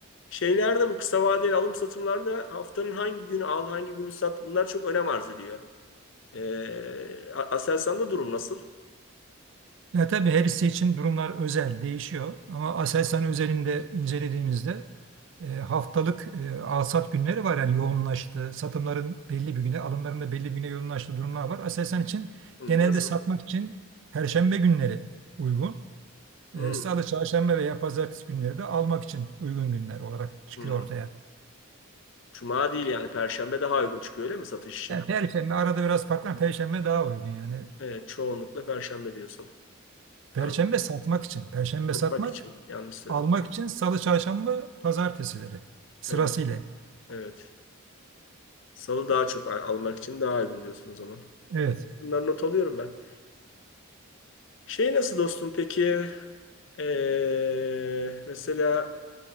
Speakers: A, on the left; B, on the right.
A: Şeylerde bu kısa vadeli alım satımlarında haftanın hangi günü al, hangi günü sat bunlar çok önem arz ediyor. Ee, A- Aselsan'da durum nasıl?
B: Ya tabii her hisse için durumlar özel, değişiyor. Ama Aselsan özelinde incelediğimizde e, haftalık e, alsat günleri var. Yani yoğunlaştı. Satımların belli bir güne, alımların da belli bir güne yoğunlaştığı durumlar var. Aselsan için
A: Hı,
B: genelde
A: nasıl?
B: satmak için Perşembe günleri uygun.
A: Hı,
B: E, Salı, Çarşamba veya Pazartesi günleri de almak için uygun günler olarak çıkıyor
A: hı.
B: ortaya.
A: Cuma değil yani Perşembe daha uygun çıkıyor öyle mi satış için?
B: Yani Perşembe arada biraz farklı ama Perşembe daha uygun yani.
A: Evet, çoğunlukla Perşembe diyorsun.
B: Perşembe
A: Abi,
B: satmak için. Perşembe
A: satmak
B: satmak,
A: için yanlış söyledim.
B: almak için salı, çarşamba, pazartesileri sırasıyla.
A: Evet, evet. Salı daha çok al- almak için daha uygun diyorsun o zaman.
B: Evet.
A: Bunları not alıyorum ben. Şey nasıl dostum peki? Ee, mesela